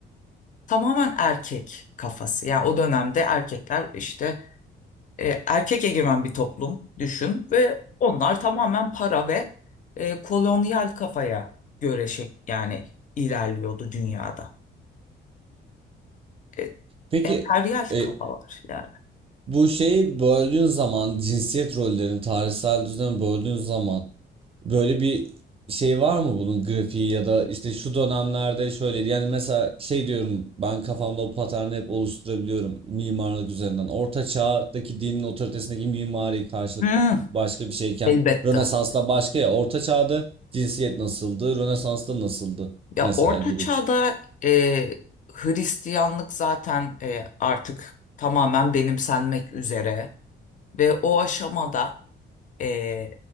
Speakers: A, on the left (about 40°); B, on the right (about 30°).
A: tamamen erkek kafası. Yani o dönemde erkekler işte e, erkek egemen bir toplum düşün ve onlar tamamen para ve e, kolonyal kafaya göre şey, yani ilerliyordu dünyada. E,
B: Peki
A: emperyal
B: e,
A: kafalar yani.
B: bu şeyi böldüğün zaman cinsiyet rollerini tarihsel düzeni böldüğün zaman Böyle bir şey var mı bunun grafiği ya da işte şu dönemlerde şöyle yani mesela şey diyorum ben kafamda o paterni hep oluşturabiliyorum mimarlık üzerinden. Orta çağdaki dinin otoritesindeki mimari karşılık
A: Hmm,
B: ba- başka bir şeyken
A: elbette.
B: Rönesansla başka ya Orta çağda cinsiyet nasıldı Rönesans'ta nasıldı
A: Ya
B: mesela
A: Orta
B: gibi.
A: Çağ'da e, Hristiyanlık zaten e, artık tamamen benimsenmek üzere ve o aşamada e,